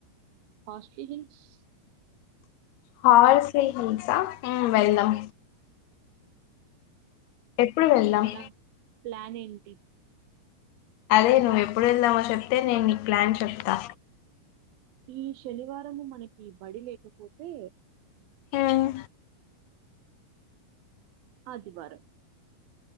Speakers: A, on the right; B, on the left.
A: హార్స్లిహిల్స్
B: హార్స్లిహిల్స్ ఆ మ్ వెళ్దాం ఎప్పుడు వెళ్దాం
A: ఎలా ప్లాన్ ఏంటి
B: అదే నువ్వు ఎప్పుడు వెళ్దామో చెప్తే నేను నీకు ప్లాన్ చెప్తా
A: ఈ శనివారము మనకి బడి లేకపోతే
B: ఉమ్
A: ఆదివారం